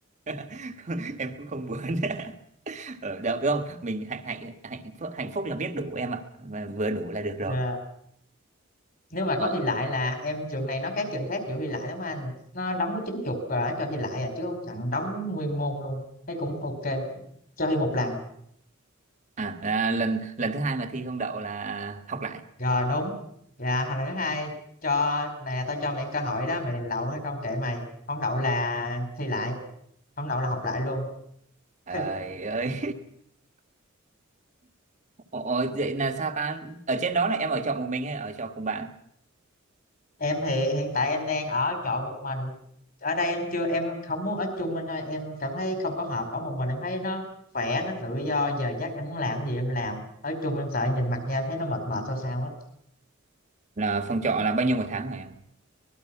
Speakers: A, on the right (about 35°); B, on the left (about 45°).
A: <laughs> em cũng không muốn <laughs> ở đâu đúng không mình hạnh hạnh hạnh phúc hạnh phúc là biết đủ em ạ và vừa đủ là được rồi
B: Dạ. nếu mà
A: ờ,
B: có thi lại là em trường này nó khác trường khác vụ thi lại lắm anh nó đóng có chín chục rồi cho thi lại à chứ không chẳng đóng nguyên môn luôn thấy cũng ok cho thi một lần
A: à là lần lần thứ hai mà thi không đậu là học lại
B: Rồi đúng. Dạ hành lần thứ hai cho nè tao cho mày cơ hội đó, mày định đậu hay không kệ mày. Không đậu là thi lại, không đậu là học lại luôn.
A: Trời
B: <laughs>
A: ơi. Ủa, vậy là sao ta? Ở trên đó là em ở trọ một mình hay ở trọ cùng bạn?
B: Em thì hiện tại em đang ở trọ một mình. Ở đây em chưa em không muốn ở chung anh ơi, em cảm thấy không có hợp ở một mình em thấy nó khỏe, nó tự do, giờ giấc em muốn làm gì em làm. Ở chung em sợ nhìn mặt nhau em thấy nó mệt mệt sao sao á.
A: Là phòng trọ là bao nhiêu một tháng hả em?